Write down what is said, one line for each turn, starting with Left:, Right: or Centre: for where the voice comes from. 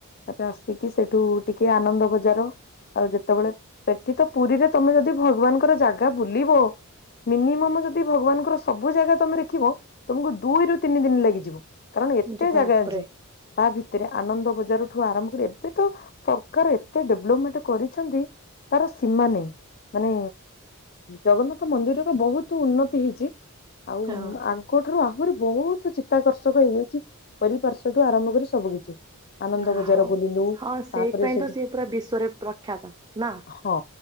Left: ତାପରେ ଆସିକି ସେଠୁ ଟିକେ ଆନନ୍ଦ ବଜାର ଆଉ ଯେତେବେଳେ ସେଠି ତ ପୁରୀରେ ତମେ ଯଦି ଭଗବାନ୍ ଙ୍କର ଜାଗା ବୁଲିବ ମିନିମମ୍ ଯଦି ଭଗବାନଙ୍କର ସବୁ ଜାଗା ତମେ ଦେଖିବ। ତମକୁ ଦୁଇରୁୁ ତିନି ଦିନି ଲାଗିଯିବ କାରଣ ଏ ତେ
Right: ଯେ
Left: ଜାଗା
Right: ବାପରେ
Left: ଅଛି ତା ଭିତରେ ଆନନ୍ଦ ବଜାରଠୁ ଆରମ୍ଭ କରି ଏବେ ତ ସରକାର ଏତେ ଡେଭଲମେଣ୍ଟ କରିଚନ୍ତି ତାର ସୀମା ନାହିଁ। ମାନେ ଜଗନ୍ନାଥ ମନ୍ଦିରର ବୋହୁତ ଉନ୍ନତି ହେଇଚି। ଆଉ
Right: ହଁ
Left: ଆଗଠାରୁ ଆହୁରି ବୋହୁତ୍ ଚିତାକର୍ଷକ ହେଇଯାଇଚି। ଚାରିପାର୍ଶ୍ଵଠୁ ଆରମ୍ଭ କରି ସବୁ କିିଛି। ଆନନ୍ଦ
Right: ଯା
Left: ବଜାର
Right: ହଉ
Left: ବୁଲିଲୁ
Right: ହଁ ସେଇପାଇଁ
Left: ତାପରେ ସେଠୁ
Right: ତ ସିଏ ପୁରା ବିଶ୍ଵରେ ପ୍ରଖ୍ୟାତ ନା
Left: ହଁ।